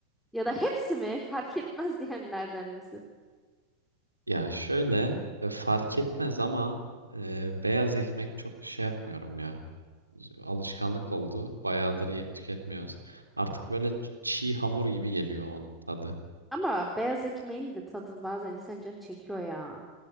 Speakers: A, in the centre; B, on the right.
A: ya da hepsi mi fark etmez diyenlerden misin?
B: Ya şöyle e, fark etmez ama e, beyaz ekmek çok şey yapmıyorum ya. Alışkanlık oldu. Bayağıdır ye- tüketmiyoruz. Artık böyle çiğ hamur gibi geliyor onun tadı.
A: Ama beyaz ekmeğin de tadı bazen insan canı çekiyor ya.